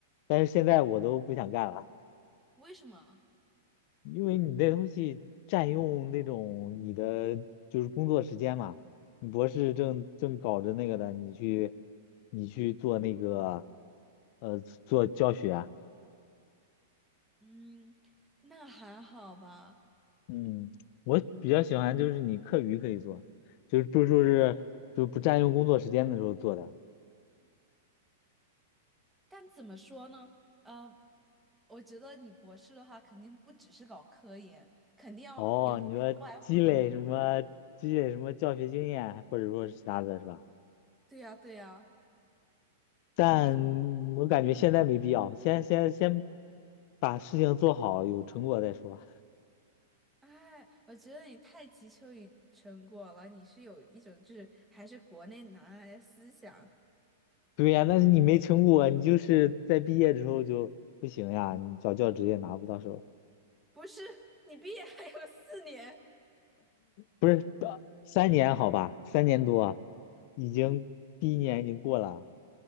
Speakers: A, on the left (about 40°); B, in the centre.
A: 但是现在我都不想干了。
B: 为什么？
A: 因为你那东西占用那种你的就是工作时间嘛，你博士正正搞着那个的，你去你去做那个呃做教学啊，
B: 嗯，那还好吧，
A: 嗯，我比较喜欢就是你课余可以做，就是就说是就不占用工作时间的时候做的。
B: 但怎么说呢？呃，我觉得你博士的话，肯定不只是搞科研，肯定要有点课外活动。
A: 哦，你说积累什么积累什么教学经验啊，或者说是其他的是吧？
B: 对呀，对呀，
A: 但
B: 所以，
A: 我感觉现在没必要，
B: 嗯，
A: 先先先把事情做好，有成果再说。
B: 哎，我觉得你太急求于成果了，你是有一种就是还是国内男孩的思想，
A: 对呀，但是你没成果，你就是在毕业之后就不行呀，你找教职也拿不到手，
B: 不是？你毕业还有四年，
A: 不是，呃三年好吧，三年多，已经第一年已经过了